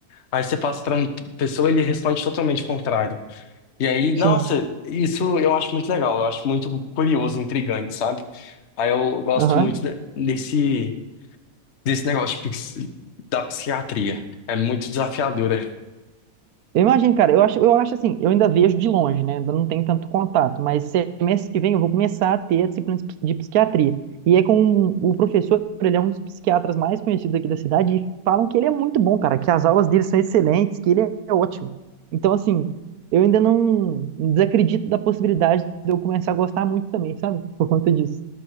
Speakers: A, on the left; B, on the right.
A: Aí você passa pra uma pessoa, ele responde totalmente o contrário. E aí,
B: Sim.
A: nossa, isso eu acho muito legal, eu acho muito curioso, intrigante, sabe? Aí eu gosto
B: Aham.
A: muito de- desse, desse negócio de pix- da psiquiatria. É muito desafiadora.
B: Eu imagino, cara, eu acho, eu acho assim, eu ainda vejo de longe, né? Ainda não tenho tanto contato, mas semestre que vem eu vou começar a ter a disciplina de ps- de psiquiatria. E é com o professor, ele é um dos psiquiatras mais conhecidos aqui da cidade, e falam que ele é muito bom, cara, que as aulas dele são excelentes, que ele é ótimo. Então, assim, eu ainda não desacredito da possibilidade de eu começar a gostar muito também, sabe? Por conta disso.